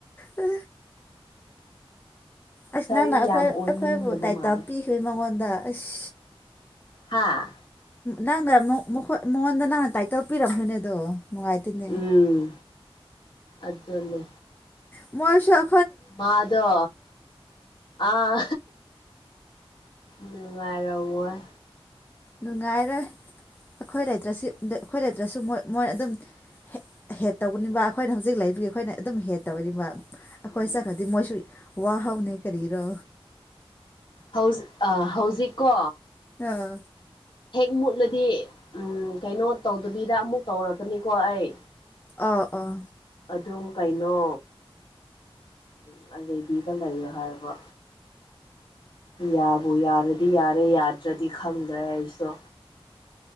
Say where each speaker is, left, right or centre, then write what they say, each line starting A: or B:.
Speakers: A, on the left; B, on the left.
A: ꯑ ꯑꯁ
B: ꯁꯥꯔꯤ
A: ꯅꯪꯅ ꯑꯩꯈꯣꯏ
B: ꯌꯥꯝ ꯑꯣꯟꯅꯤꯡꯗꯕ
A: ꯑꯩꯈꯣꯏꯕꯨ ꯇꯥꯏꯇ
B: ꯃꯥꯜꯂꯦ
A: ꯄꯤꯈ꯭ꯔꯦ ꯃꯉꯣꯟꯗ ꯑꯁ
B: ꯍꯥꯥ
A: ꯅꯪꯅ ꯃꯉꯣꯟꯗ ꯅꯪꯅ ꯇꯥꯏꯇꯜ ꯄꯤꯔꯝꯕꯅꯦ ꯑꯗꯣ ꯅꯨꯡꯉꯥꯏꯇꯦꯅꯦ
B: ꯎꯝ ꯑꯗꯨꯗꯂꯦ
A: ꯃꯣꯏꯁ
B: ꯃꯥꯗꯣ ꯑꯥ ꯅꯨꯡꯉꯥꯏꯔꯃꯣꯏ
A: ꯅꯨꯡꯉꯥꯏꯔꯣꯏ ꯑꯩꯈꯣꯏ ꯂꯩꯇ꯭ꯔꯁꯨ ꯑꯩꯈꯣꯏ ꯂꯩꯇ꯭ꯔꯁꯨꯣꯏ ꯃꯣꯏ ꯑꯗꯨꯝ ꯍꯦꯠ ꯇꯧꯕꯅꯤꯕ ꯑꯩꯈꯣꯏꯅ ꯍꯧꯖꯤꯛ ꯂꯩꯔꯤꯕꯒꯤ ꯑꯩꯈꯣꯏꯅ ꯑꯗꯨꯝ ꯍꯦꯠ ꯇꯧꯅꯤꯕ ꯑꯩꯈꯣꯏ
B: ꯎꯝ
A: ꯆ ꯈꯗꯤ ꯃꯣꯏꯁꯨ ꯋꯥ ꯍꯧꯥꯎꯅꯤ ꯀꯔꯤꯔꯣ
B: ꯍꯧꯖꯤ ꯑ ꯍꯧꯖꯤꯛꯀꯣ
A: ꯑꯥ
B: ꯍꯦꯛ ꯃꯨꯠꯂꯗꯤ ꯎ ꯀꯩꯅꯣ ꯇꯧꯗꯕꯤꯗ ꯑꯃꯨꯛ ꯇꯧꯔꯛꯀꯅꯤꯀꯣ ꯑꯩ
A: ꯑ ꯑꯥ
B: ꯑꯗꯨꯝ ꯀꯩꯅꯣ ꯎ ꯑꯗꯨꯗꯩꯗꯤꯕ ꯂꯩꯌꯣ ꯍꯥꯏꯕ ꯌꯥꯕꯨ ꯌꯥꯔꯗꯤ ꯌꯥꯔꯦ ꯌꯥꯗ꯭ꯔꯗꯤ ꯈꯪꯗ꯭ꯔꯦ ꯑꯩꯁꯨ